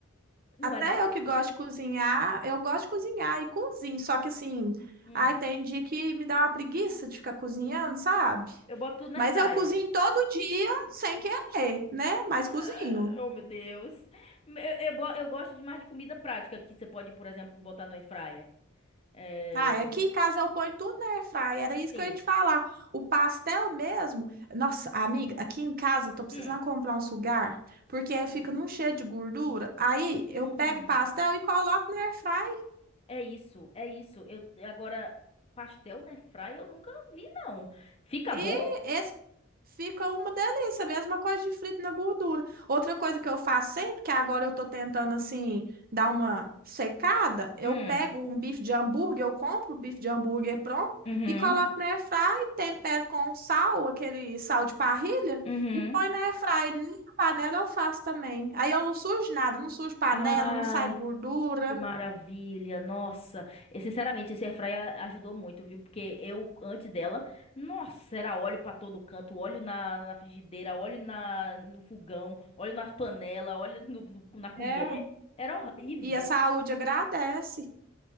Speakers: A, on the left (about 30°); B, on the right (about 45°).
A: não
B: Até
A: é não?
B: eu que gosto de cozinhar, eu gosto de cozinhar e cozinho. Só que assim,
A: Hum,
B: ai, tem dia que me dá uma preguiça de ficar cozinhando, sabe?
A: eu boto tudo na
B: Mas
A: air fryer.
B: eu cozinho todo dia sem querer, né? Mas
A: Ah,
B: cozinho.
A: oh, meu Deus. Eu, eu, bo- eu gosto demais de comida prática que você pode, por exemplo, botar no air fryer. É,
B: Ah, e aqui em casa eu ponho tudo na airfryer, era isso
A: sim.
B: que eu ia te falar. O pastel mesmo, nossa, amiga, aqui em casa eu tô precisando
A: Hum,
B: comprar um sugar, porque
A: hum,
B: fica num cheio de gordura. Aí
A: hum.
B: eu pego o pastel e coloco na airfryer.
A: É isso, é isso. Eu agora pastel na air fryer eu nunca vi não. Fica
B: E
A: bom?
B: esse Fica uma delícia, mesma coisa de frito na gordura. Outra coisa que eu faço sempre, que agora eu tô tentando assim dar uma secada, eu
A: Hum,
B: pego um bife de hambúrguer, eu compro o bife de hambúrguer pronto
A: uhum,
B: e coloco na airfryer, tempero com sal, aquele sal de parrilha,
A: uhum.
B: e põe na airfryer. Nem a panela eu faço também. Aí eu não sujo nada, não sujo panela,
A: Ai,
B: não sai gordura.
A: que maravilha. Nossa, E, sinceramente, esse air ajudou muito, viu? Porque eu, antes dela, nossa, era óleo pra todo canto, óleo na, na frigideira, óleo na, no fogão, óleo na panela, óleo no- no- na colher.
B: É.
A: Era horrível.
B: E a saúde agradece.